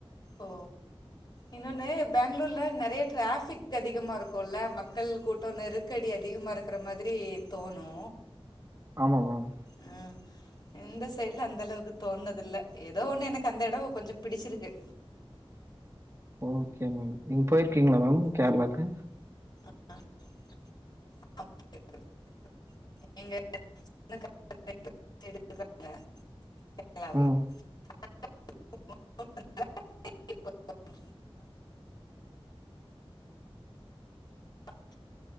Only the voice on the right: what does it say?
ஆமா மேம்
ஓகே மேம் நீங்க போயிருக்கீங்களா மேம் கேரளாவுக்கு
ம்.